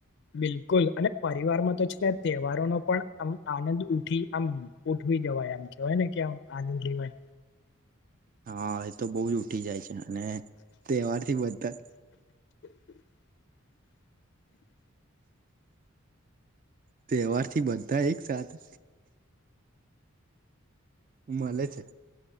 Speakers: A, on the left (about 55°); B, on the right (about 40°).
A: બિલકુલ અને પરિવારમાં તો છે તહેવારો નો પણ આમ આનંદ ઉઠી આમ ઉઠ જવાય આમ કેવાય ને કેમ આનંદ લેવાય.
B: હા એ તો બહુ જ ઉઠી જાય છે અને તહેવાર થી બધા
A: <inaudible>
B: તહેવારથી બધા એક સાથે મળે છે